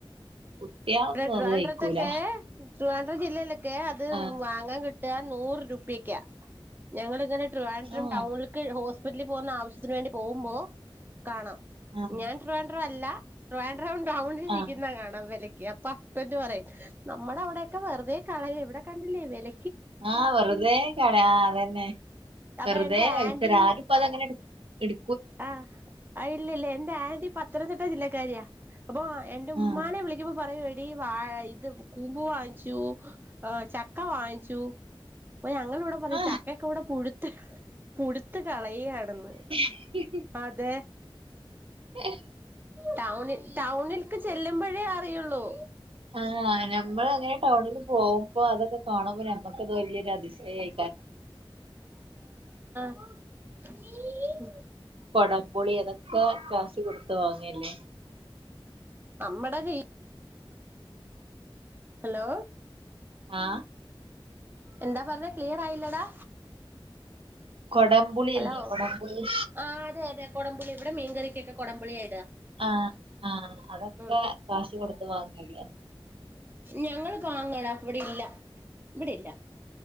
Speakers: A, on the right; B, on the right.
A: കുട്ടികളൊന്നും
B: ഇടെ ട്രിവാൻഡ്രെട്ത്തൊക്കെ
A: അത് കഴിക്കൂല
B: ട്രിവാൻഡ്രം ജില്ലയിലൊക്കെ അത്
A: ആഹ്
B: വാങ്ങാൻ കിട്ട നൂറ് രൂപ ഞങ്ങളിങ്ങനെ തിരുവനന്തപുരം
A: ആഹ്
B: ടൗണിലക്ക് സ്പിറ്റലിൽ പോകുന്ന ആവശ്യത്തിന് വേണ്ടി പോവുമ്പോ കാണാം
A: ആഹ്
B: ഞാൻ ട്രിവാൻഡ്രം അല്ല ടൗണിൽ
A: ആഹ്
B: രിക്കുന്ന കാണാം വില അപ്പ അപ്പു പറയും നമ്മുടെ അവിടെക്കെ വെറുതെ കളയ ഇവിടെ കണ്ടില്ലേ വില
A: ആഹ് വെറുതെ കള ആ അതന്നെ വെറുതെ
B: അപ്പൊ എന്റെ
A: വലിച്ചെറ്യ
B: ആന്റി
A: ആരും ഇപ്പ അതങ്ങനെ എടു എടു
B: ആ ഇല്ലല്ല എന്റെ ആന്റി പത്തനംതിട്ട ജില്ലക്കാരിയാ അപ്പൊ എന്റെ ഉമ്മാനെ
A: ആഹ്
B: വിളിക്കുമ്പോ പറയു എ വാ- ഇത് കൂമ്പ് വാങ്ങിച്ചു ആ ചക്ക വാങ്ങിച്ചു അപ്പൊ ഞങ്ങള ഇവ്ടെ പറയും
A: ആഹ്
B: ചക്കയൊക്കെ ഇവ്ടെ പുഴുത്ത് പുഴുത്ത് കളയാണെന്ന്
A: ഹി
B: അതെ
A: ഉം
B: ടൗണിൽ ടൗണിൽക്ക് ചെല്ലുമ്പോഴേ അറിയുള്ളൂ
A: ആഹ് നമ്മളങ്ങനെ ടൗണിൽ പോകുമ്പോ അതൊക്കെ കാണുമ്പോ നമ്മക്കത് വല്യൊരു അതിശയയിക്കാരം
B: ഉം
A: കുടംപൊളി അതൊക്കെ കാശ് കൊടുത്ത് വങ്ങല്ലേ
B: നമ്മടെ രീ- ഹലോ
A: ആഹ്
B: എന്താ പറഞ്ഞത് ക്ലിയർ ആയില്ലടാ
A: കൊടംപുളില്ലേ
B: ഹലോ
A: കൊടംപുളി
B: ആഹ് അതെ അതെ കൊടംപുളി ഇവിടെ മീൻകറിക്കൊക്കെ കൊടംപുള്യാ ഇടാ
A: ആ ആഹ അതൊക്കെ
B: ഉം
A: കാശ് കൊടുത്ത് വാങ്ങല്ലേ
B: ഞങ്ങള് പാങ്ങടാ ഇവിടില്ല ഇവിടെല്ല